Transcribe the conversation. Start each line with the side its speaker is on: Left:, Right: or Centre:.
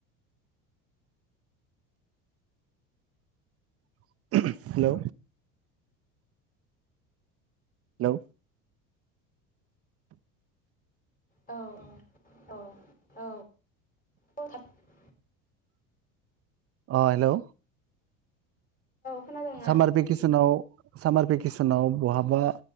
Right: <unintelligible> हेलौ हेलौ
Left: औ औ औ औ औ <unintelligible>
Right: अ हेलौ
Left: खोनादोंना
Right: सामारपिकिस'नाव सामार भेकेसनाव बहाबा